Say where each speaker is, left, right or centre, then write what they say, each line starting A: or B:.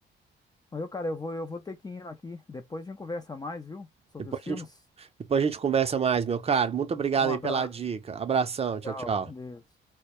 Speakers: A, on the left; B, on the right.
A: Mas, eu, cara, eu vou, eu vou ter que ir aqui, depois a gente conversa mais, viu? Sobre
B: Depois
A: os filmes.
B: a gente, depois a gente conversa mais, meu caro. Muito obrigado
A: Um abraço,
B: aí pela dica. Abração, tchau,
A: tchau,
B: tchau.
A: com Deus.